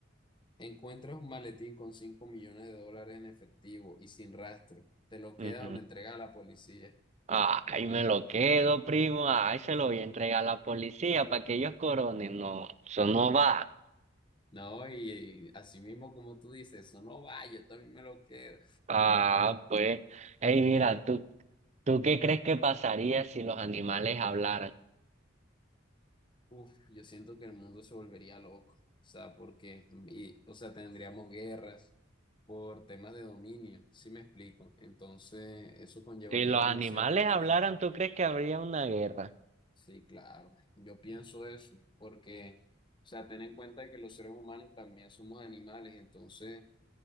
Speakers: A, on the left (about 25°); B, on the right (about 35°).
A: Encuentras un maletín con 5 millones de dólares en efectivo y sin rastro. ¿Te lo quedas
B: Ujú.
A: o lo entregas a la policía?
B: Ay, me lo quedo, primo. Ay, se lo voy a entregar a la policía para que ellos coronen. No, eso no va.
A: No, y, y así mismo como tú dices, eso no va, yo también me lo quedo.
B: Ah, pues. Ey, mira, ¿tú, tú qué crees que pasaría si los animales hablaran?
A: Uf, yo siento que el mundo se volvería loco, o sea, porque, y- o sea, tendríamos guerras por temas de dominio, ¿sí me explico. Entonces, eso conllevaría
B: Si los
A: demasiado
B: animales
A: conflicto.
B: hablaran, ¿tú crees que habría una guerra?
A: Sí, claro, yo pienso eso, porque, o sea, ten en cuenta que los seres humanos también somos animales, entonces